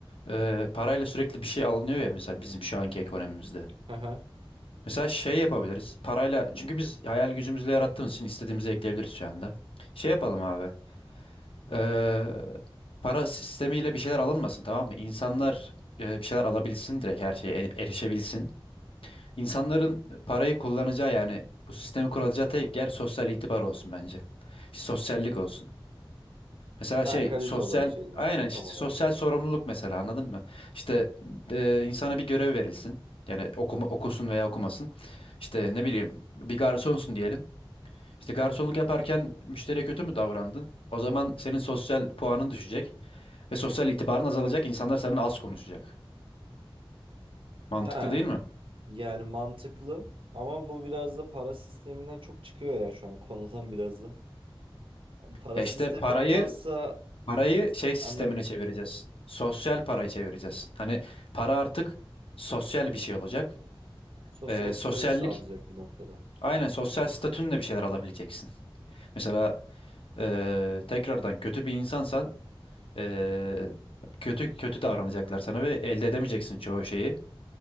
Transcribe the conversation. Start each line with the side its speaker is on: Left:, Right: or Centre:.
Left: Ee, parayla sürekli bir şey alınıyor ya mesela bizim şu anki ekonomimizde.
Right: Hı hı.
Left: Mesela şey yapabiliriz. Parayla çünkü biz hayal gücümüzle yarattığımız için istediğimizi ekleyebiliriz şu anda. Şey yapalım abi. Ee, para sistemiyle bir şeyler alınmasın tamam mı? İnsanlar e, bir şeyler alabilsin direkt her şeye e- erişebilsin. İnsanların parayı kullanacağı yani bu sistemi kurulacağı tek yer sosyal itibar olsun bence. Sosyallik olsun. Mesela
Right: Ha
Left: şey
Right: kalite
Left: sosyal
Right: olarak şey diyorsun
Left: aynen
Right: ortam
Left: işte
Right: olarak.
Left: sosyal sorumluluk mesela anladın mı? İşte e, insana bir görev verilsin. Yani okuma, okusun veya okumasın. İşte ne bileyim bir garsonsun diyelim. İşte garsonluk yaparken müşteriye kötü mü davrandın? O zaman senin sosyal puanın düşecek ve sosyal itibarın azalacak. İnsanlar seninle az konuşacak. Mantıklı
Right: Ha
Left: değil mi?
Right: yani mantıklı ama bu biraz da para sisteminden çok çıkıyor ya şu an <laughs> konudan biraz da. Para
Left: Ya
Right: sistemi
Left: işte parayı
Right: olmazsa
Left: parayı şey sistemine
Right: anladım.
Left: çevireceğiz. Sosyal parayı çevireceğiz. Hani para artık sosyal bir şey olacak.
Right: Sosyal
Left: E,
Right: statü
Left: sosyallik
Right: sağlayacak bir noktada.
Left: Aynen sosyal statünle bir şeyler alabileceksin. Mesela eee, tekrardan kötü bir insansan eee, kötü kötü davranacaklar sana ve elde edemeyeceksin çoğu şeyi.